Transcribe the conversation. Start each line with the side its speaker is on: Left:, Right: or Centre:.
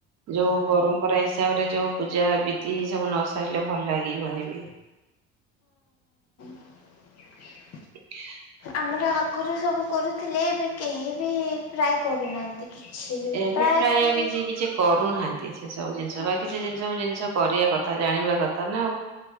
Right: ଯଉ ପରମ୍ପରା ଇସ ହିସାବରେ ଯୋଉ ପୂଜା ବିଧି ସବୁ ନ ସାରିଲେ ଭଲ ଲାଗିବନିବି।
Left: <inaudible>
Right: <inaudible>
Left: ଆମର ଆଗରୁ ସବୁ କରୁଥିଲେ ଏବେ କେହି ବି ପ୍ରାୟେ କରୁନାହାନ୍ତି। କିଛି ବି
Right: ଏବେ
Left: ପ୍ରାୟ
Right: ପ୍ରାୟେ
Left: କେହି
Right: କିଛି କିଛି କର ଆଉ ନାହାନ୍ତି ସେ ସବୁ ଜିନିଷ
Left: ହୁଁ
Right: ବାକିି
Left: ହୁଁ
Right: ସେ ଜିନି ସବୁ ଜିନିଷ କରିବା କଥା ଜାଣିବା କଥା ନା।